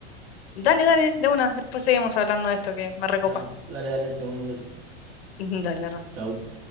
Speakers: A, on the left (about 70°); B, on the right (about 45°).
A: dale, dale, de una. Después seguimos hablando de esto que me recopa.
B: Bueno, dale, dale, te mando un beso.
A: <laughs> Dale, Rafa.
B: Chau.